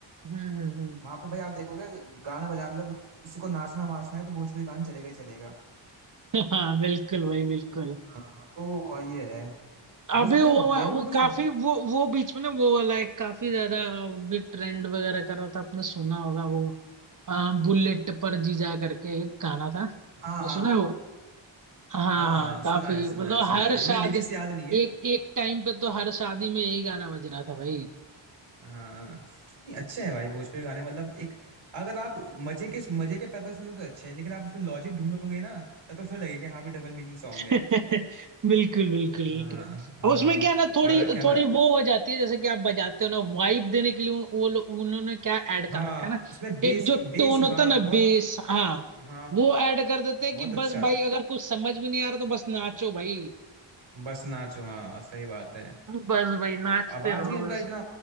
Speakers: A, on the right; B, on the right.
A: हम्म हम्म हम्म
B: वहां पे भाई आप देखोगे गाना बजा मतलब किसी को नाचना वाचना है तो भोजपुरी गाना चलेगा ही चलेगा
A: <laughs> हाँ बिल्कुल भाई बिल्कुल
B: हाँ तो ये है
A: अभी
B: भोज
A: वो
B: मैं बॉलीवुड
A: वो
B: भी
A: काफी
B: सुनता हूँ
A: वो वो बीच में ना वो वाला एक काफी ज्यादा भी ट्रेंड वगैरह कर रहा था आपने सुना होगा वो हाँ बुलेट पर जीजा करके एक गाना था
B: हाँ
A: मैं
B: हाँ
A: सुना
B: हाँ
A: है
B: हाँ।
A: वो हाँ
B: हाँ
A: हाँ
B: सुना
A: काफी
B: है सुना
A: मतलब
B: है सुना
A: हर
B: है मेरे
A: शादी
B: लिरिक्स याद नहीं है
A: एक एक टाइम पे तो हर शादी में यही गाना बज रहा था भाई
B: हाँ नहीं अच्छे हैं भाई भोजपुरी गाने मतलब एक अगर आप मजे के मजे के पर्पस से तो अच्छे हैं लेकिन आप उसमें लॉजिक ढूंढोगे ना तब तो थोड़ा लगेगा कि हाँ भी डबल मीनिंग सॉन्ग
A: <laughs>
B: है
A: बिल्कुल बिल्कुल
B: हाँ
A: अब
B: हाँ
A: उसमें क्या ना थोड़ी
B: और क्या ना
A: थोड़ी वो हो जाती है जैसे कि आप बजाते हो ना वाइब देने के लिए उन- वो लोग उन्होंने क्या ऐड
B: हाँ
A: कर रखा है ना
B: उसमें बेस
A: एक जो
B: बेस
A: टोन होता
B: हाँ
A: है ना
B: बहुत
A: बेस हाँ
B: हाँ
A: वो ऐड कर देते हैं
B: बहुत
A: कि
B: अच्छा
A: बस भाई अगर कुछ समझ भी नहीं आ रहा तो बस नाचो भाई
B: बस नाचो हाँ सही बात है
A: बस भाई नाचते
B: आवाज
A: रहो
B: ही उनका इतना